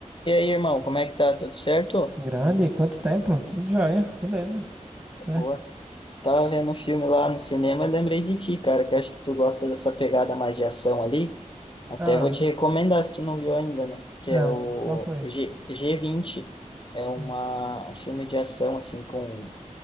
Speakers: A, on the left; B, on the right.
A: E aí, irmão, como é que tá? Tudo certo?
B: Grande, quanto tempo? Tudo jóia, beleza, certo?
A: Boa. Tava vendo um filme lá no cinema e lembrei de ti, cara, que eu acho que tu gosta dessa pegada mais de ação ali. Até
B: Ah,
A: vou te recomendar se tu não viu ainda, né? Que
B: ah,
A: é o
B: qual foi?
A: G G20. É uma,
B: Ixi.
A: um filme de ação, assim, com